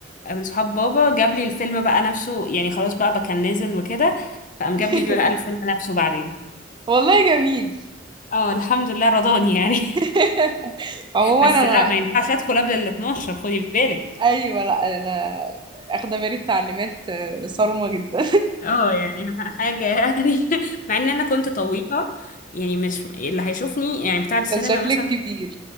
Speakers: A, on the left; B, on the right.
A: آه، من صحاب بابا جاب لي الفيلم بقى نفسه يعني خلاص بقى بقى كان نازل وكده فقام
B: <laughs>
A: جاب لي بقى الفيلم نفسه بعدين
B: والله جميل
A: اه الحمد لله رضاني يعني
B: <laughs> عموما
A: <laughs> بس
B: انا
A: لا ما ينفعش ادخل قبل ال 12 خدي بالك
B: ايوه لا انا اخده بالي التعليمات آه، صارمه جدا
A: اه يعني حاجة يعني <laughs> مع ان انا كنت طويلة يعني مش اللي هيشوفني يعني
B: <laughs>
A: بتاع السينما
B: كان شكلك
A: مثلا
B: كبير